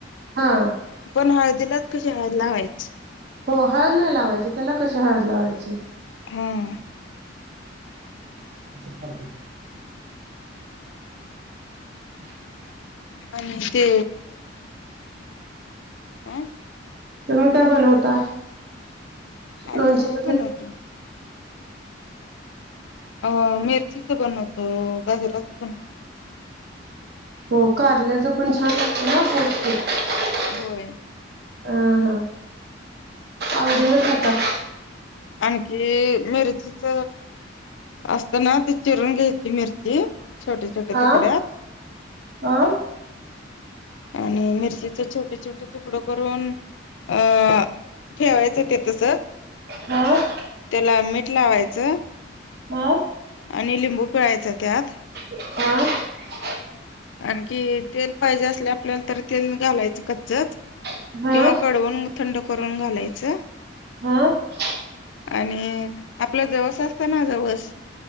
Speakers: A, on the right; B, on the left.
A: हा.
B: पण हळदीलाच कशी हळद लावायची.
A: हो हळद नाही लावायची त्याला कशी हळद लावायची.
B: हम्म
A: <unintelligible> <unintelligible> <unintelligible>
B: आणि ते अ
A: तुम्ही काय बनवता?
B: आम्ही
A: लोणचं
B: सगळं
A: <unintelligible>
B: बनवतो. अ मिरचीच बनवतो, गाजराच बनवतो.
A: हो कारल्याच पण छान लागत ना पो <unintelligible>
B: होय.
A: अ हा आवडीन खाता.
B: आणखी मिरचीच असतना ते चिरून घ्यायची मिरची. छोट्या-छोट्या
A: हा
B: तुकड्या.
A: हा
B: आणि मिरचीचे छोटे-छोटे तुकड करून अ ठेवायचं ते तसं.
A: हा.
B: त्याला मीठ लावायचं.
A: हा.
B: आणि लिंबू पिळायचा त्यात.
A: हह.
B: आणखी तेल पाहिजे असले आपल्याला तर तेल घालायचं कच्चच.
A: हा
B: किंवा कडवून थंड करून घालायचं.
A: हा
B: आणि आपलं जवस असत ना जवळस.